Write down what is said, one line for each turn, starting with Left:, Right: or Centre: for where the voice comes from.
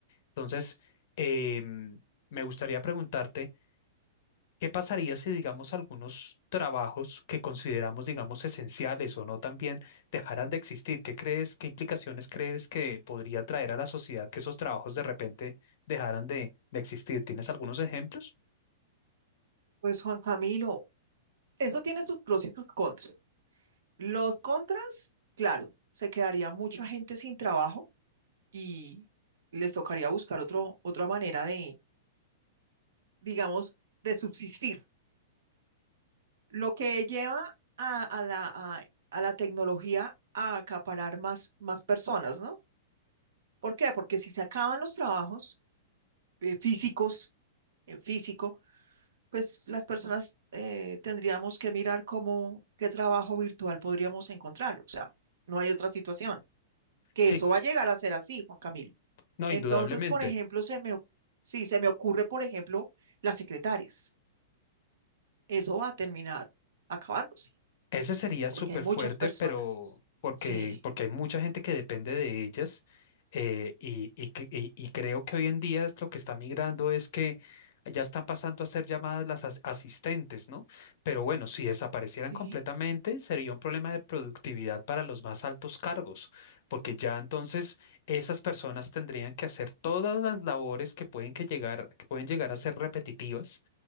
Left: Entonces, eh, mm, me gustaría preguntarte... ¿Qué pasaría si, digamos, algunos trabajos que consideramos, digamos, esenciales o no también dejaran de existir? ¿Qué crees, qué implicaciones crees que podría traer a la sociedad que esos trabajos de repente dejaran de, de existir? ¿Tienes algunos ejemplos?
Right: Pues Juan Camilo, eso tiene sus pros y sus contras. Los contras, claro, se quedaría mucha gente sin trabajo y les tocaría buscar otro, otra manera de, digamos, de subsistir. Lo que lleva a, a la, a, a la tecnología a acaparar más, más personas, ¿no? ¿Por qué? Porque si se acaban los trabajos eh, físicos, en físico, pues las personas eh, tendríamos que mirar cómo, qué trabajo virtual podríamos encontrar. O sea, no hay otra situación. Que
Left: Sí,
Right: eso va a llegar a ser así, Juan Camilo.
Left: no,
Right: Entonces,
Left: indudablemente.
Right: por ejemplo, se me, oc- sí, se me ocurre, por ejemplo, las secretarias. Eso va a terminar acabándose,
Left: Ese sería
Right: porque
Left: súper
Right: hay muchas
Left: fuerte,
Right: personas.
Left: pero porque,
Right: Sí,
Left: porque hay mucha gente que depende de ellas eh, y, y que- y- y creo que hoy en día es lo que está migrando es que ya están pasando a ser llamadas las as- asistentes, ¿no? Pero bueno, si desaparecieran
Right: sí.
Left: completamente, sería un problema de productividad para los más altos cargos, porque ya entonces esas personas tendrían que hacer todas las labores que pueden, que llegar, que pueden llegar a ser repetitivas,